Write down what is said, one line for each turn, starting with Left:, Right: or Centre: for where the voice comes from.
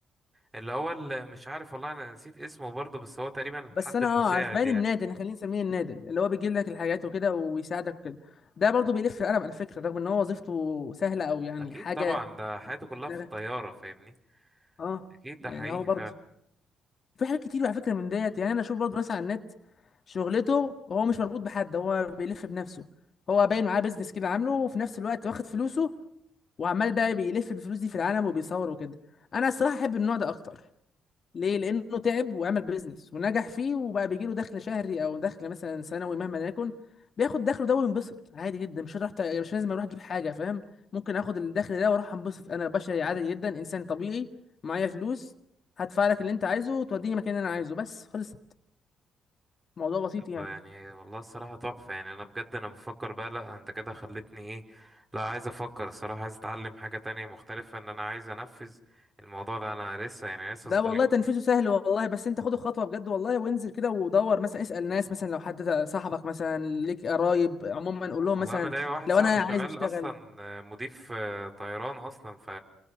Right: اللي هو اللي مش عارف والله انا نسيت اسمه برضه بس هو تقريبا الحد
Left: بس انا
Right: المساعد
Left: اه عارف باين
Right: يعني
Left: النادل احنا خلينا نسميه النادل اللي هو بيجيب لك الحاجات وكده وبيساعدك وكده ده برضه بيلف القلم على فكره رغم ان هو وظيفته سهله او يعني
Right: اكيد
Left: حاجه
Right: طبعا ده حياته
Left: في
Right: كلها
Left: دماغك
Right: في الطياره فاهمني
Left: اه
Right: اكيد ده
Left: يعني
Right: حقيقي
Left: هو برضه
Right: فعلا
Left: في حاجات كتير على فكره من ديت يعني انا اشوف برضه ناس على النت شغلته هو مش مربوط بحد هو بيلف بنفسه هو باين معاه بيزنس كده عامله وفي نفس الوقت واخد فلوسه وعمال بقى بيلف بالفلوس دي في العالم وبيصور وكده انا الصراحه احب النوع ده اكتر ليه لانه تعب وعمل بيزنس ونجح فيه وبقى بيجيله دخل شهري او دخل مثلا سنوي مهما يكن بياخد دخله ده وينبسط عادي جدا مش رحت مش لازم اروح اجيب حاجه فاهم ممكن اخد الدخل ده واروح انبسط انا بشري عادي جدا انسان طبيعي معايا فلوس هدفع لك اللي انت عايزه وتوديني مكان اللي انا عايزه بس خلص الموضوع بسيط
Right: طب
Left: يعني
Right: يعني والله الصراحه تحفه يعني انا بجد انا بفكر بقى لا انت كده خلتني ايه لا عايز افكر الصراحه عايز اتعلم حاجه تانية مختلفه ان انا عايز انفذ الموضوع ده انا لسه يعني لسه
Left: ده
Right: صغير
Left: والله تنفيذه سهل والله بس انت خد الخطوه بجد والله وانزل كده ودور مثلا اسال ناس مثلا لو حد صاحبك مثلا ليك قرايب عموما قول لهم
Right: والله
Left: مثلا
Right: انا ليا واحد
Left: لو
Right: صاحبي
Left: انا
Right: شغال
Left: عايز اشتغل
Right: اصلا آه، مضيف آه، طيران اصلا ف